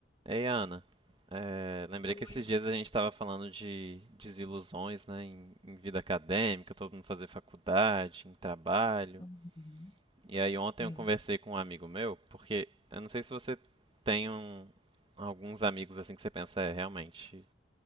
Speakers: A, on the right; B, on the left.
A: Ei, Ana, é, lembrei
B: Oi.
A: que esses dias a gente estava falando de desilusões, né, em, em vida acadêmica, todo mundo fazer faculdade, em trabalho.
B: Uhum.
A: E aí ontem
B: Sim,
A: eu conversei com um amigo meu, porque eu não sei se você tem um- alguns amigos assim que você pensa, é, realmente,